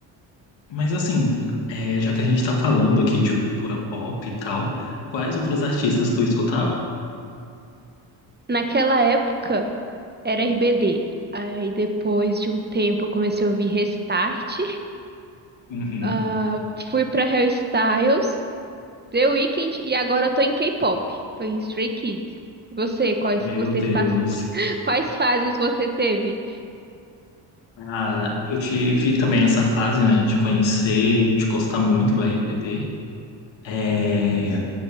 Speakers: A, on the left (about 75°); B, on the right (about 20°).
A: Mas assim, é, já que a gente está falando aqui de cultura pop e tal, quais outros artistas tu escutava?
B: Naquela época era RBD. Aí depois de um tempo eu comecei a ouvir Restart. <laughs>
A: Uhum.
B: Ah, fui pra Hairstyles The Weeknd e agora eu tô em K-pop. Tô em Stray Kids. Você, quais
A: Meu
B: vocês
A: Deus.
B: pass... <laughs> quais fases você teve?
A: Ah, eu tive também essa fase, né, de conhecer, de gostar muito do RBD. É,